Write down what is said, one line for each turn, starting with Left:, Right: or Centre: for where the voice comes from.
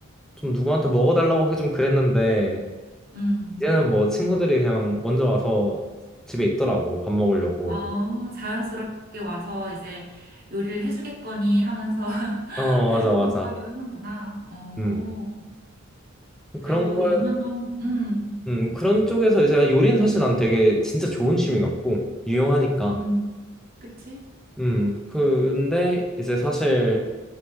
Centre: 좀 누구한테 먹어달라고 하기 좀 그랬는데
Right: 음.
Centre: 이제는 뭐 친구들이 그냥 먼저 와서 집에 있더라고, 밥 먹으려고.
Right: 어, 자연스럽게 와서 이제 요리를 해주겠거니 하면서 <laughs>
Centre: 어, 맞아, 맞아.
Right: 요구하기도 하는구나. 어,
Centre: 음.
Right: 그래도
Centre: 그런 거,
Right: 2년 동안, 음,
Centre: 음, 그런 쪽에서 이제 요리는 사실 난 되게 진짜 좋은 취미 같고, 유용하니까.
Right: 음, 그치?
Centre: 음, 근데 이제 사실,